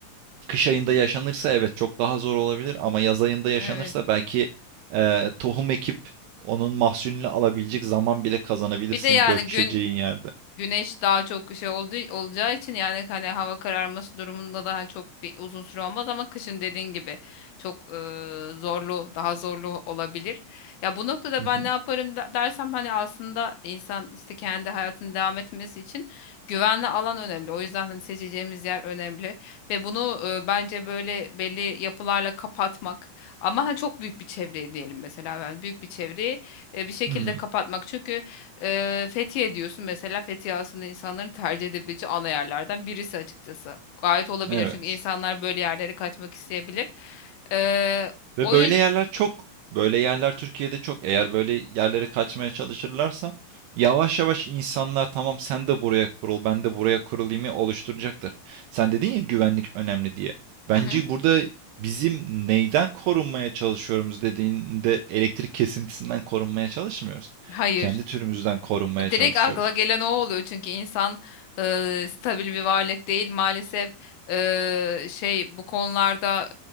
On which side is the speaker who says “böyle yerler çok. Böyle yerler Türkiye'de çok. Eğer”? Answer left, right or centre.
Right